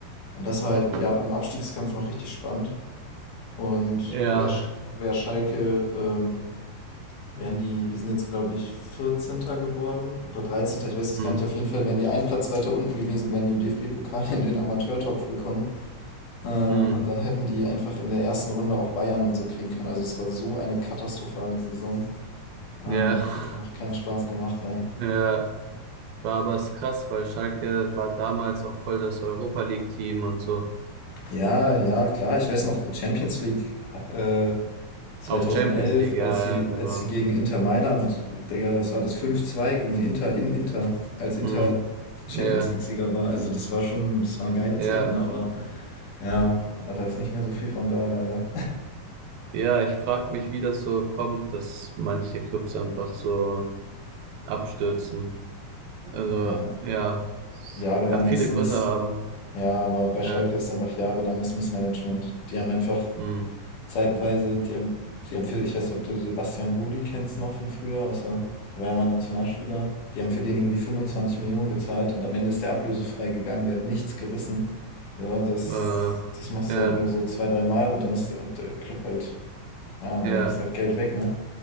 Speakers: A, on the left; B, on the right.
A: Und das war
B: Mhm.
A: halt ja im Abstiegskampf noch richtig spannend. Und
B: Ja.
A: wer, Sch- wer Schalke ähm, wären die, die sind jetzt, glaube ich, vierzehnter geworden oder 13. Ich weiß es
B: Mhm.
A: gar nicht. Auf jeden Fall wären die einen Platz weiter unten gewesen, wären die im DFB-Pokal in den Amateurtopf gekommen. Äh, und
B: Mhm.
A: dann hätten die einfach in der ersten Runde auch Bayern und so kriegen können. Also es war so eine katastrophale Saison. Ähm,
B: Ja. <laughs>
A: das hat einfach keinen Spaß gemacht, ey.
B: Ja. War aber es krass, weil Schalke war damals auch voll das Europa League-Team und so.
A: Ja, ja, klar. Ich weiß noch, Champions League äh, 2011,
B: Auch Champions League, ja,
A: als
B: ja,
A: sie,
B: genau.
A: als sie gegen Inter Mailand, Digga, was war das? 5-2 gegen Inter in Inter, als Inter
B: Mhm. Ja,
A: Champions League-Sieger war. Also, das war schon, das waren geile
B: ja.
A: Zeiten, aber ja, ah, da ist nicht mehr so viel von da, leider.
B: Ja, ich frag mich, wie das so kommt, dass manche Clubs einfach so abstürzen. Also,
A: Ja,
B: ja, es
A: jahrelanges
B: kann viele
A: Miss.
B: Gründe haben.
A: Ja, aber bei Schalke
B: Ja.
A: ist einfach jahrelanges Missmanagement. Die haben einfach
B: Mhm.
A: zeitweise, die haben, die haben für, ich weiß nicht, ob du Sebastian Rudi kennst noch von früher, außer, der war ja mal ein Nationalspieler. Die haben für den irgendwie 25 Millionen gezahlt und am Ende ist der ablösefrei gegangen, der hat nichts gerissen. Also das,
B: Äh,
A: das machst
B: ja,
A: du halt nur so zwei, drei Mal und dann ist der, und der Club halt, ja, dann
B: ja, ja,
A: ist halt Geld weg, ne?